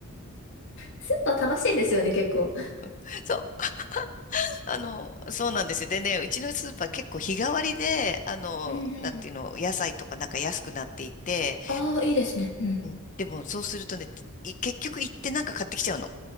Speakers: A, on the left; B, on the left.
A: スーパー楽しいんですよね、結構。
B: <laughs> そう。あの、そうなんですよ。でね、うちのスーパー結構日替わりで、あの、
A: うんうん。
B: なんていうの、野菜とかなんか安くなっていて、
A: ああ、いいですね。うん。
B: うん、でもそうするとね、い結局行ってなんか買ってきちゃうの。